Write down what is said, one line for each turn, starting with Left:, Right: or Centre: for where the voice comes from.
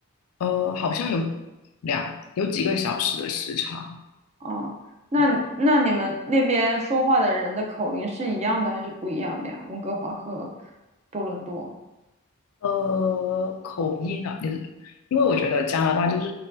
Left: 呃，好像有两有几个小时的时差
Right: 哦，那那你们那边说话的人的口音是一样的还是不一样的呀？
Left: 哦，
Right: 温哥华和多伦多。
Left: 呃，口音啊。因为我觉得加拿大就是